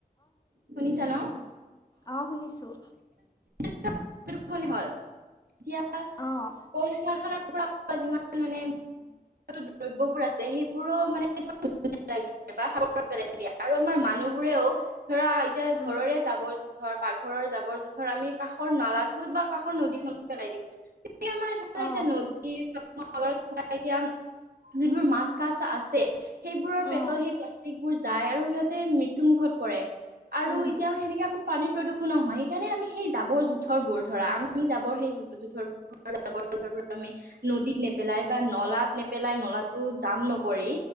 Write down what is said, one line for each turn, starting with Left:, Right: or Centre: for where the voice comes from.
Right: শুনিছা ন।
Left: অ শুনিছোঁ
Right: হ'ল এতিয়া
Left: অঁ
Right: কল কাৰখানা। যিমান মানে দ্ৰব্যবোৰ আছে সেইবোৰো মানে পেলাই দিয়ে বা সাগৰ পেলাই দিয়ে আৰু আমাৰ মানুহবোৰেও ধৰা এতিয়া
Left: উম।
Right: ঘৰৰে জাবঁৰ জোথৰ পাকঘৰৰ জাব‍ঁৰ জোথৰ ধৰ আমি কাষৰ নলাটোত বা কাষৰ নদীখনত পেলাই দিওঁ। আমাৰ ধৰ
Left: অ'।
Right: এতিয়া নদী থকা এতিয়া যোনবোৰ মাছ কাছ আছে সেইবোৰৰ পেটত
Left: অ'।
Right: সেই তিক বোৰ যায় আৰু সিহঁতে মৃত্যু মুখত পৰে আৰু
Left: উম।
Right: এতিয়া সেনেকে আমি পানীৰ প্ৰদূষণো হয় সেইকাৰণে আমি সেই জাবঁৰ জোঁথৰবোৰ ধৰা আমি জাবঁৰ সেই জোথৰবোৰ জাবঁৰ আমি নদীত নেপেলাই বা নলাত নেপেলাই পেলাই নলাটো জাম নকৰি